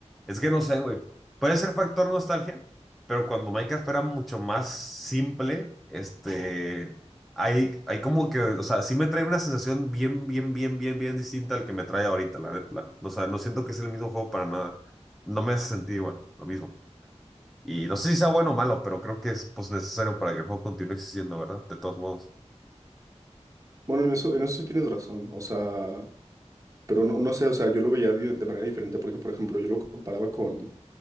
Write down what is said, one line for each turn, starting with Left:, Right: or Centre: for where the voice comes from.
Centre: es que no sé, güey. Puede ser factor nostalgia, pero cuando Minecraft era mucho más simple, este, hay, hay como que, o sea, sí me trae una sensación bien, bien, bien, bien, bien distinta al que me trae ahorita, la neta. O sea, no siento que es el mismo juego para nada. No me hace sentir igual, lo mismo. Y no sé si sea bueno o malo, pero creo que es pues necesario para que el juego continúe existiendo, ¿verdad? De todos modos.
Right: Bueno, en eso, en eso sí tienes razón, o sea, pero no, no sé, o sea, yo lo veía de, de manera diferente porque, por ejemplo, yo lo comparaba con,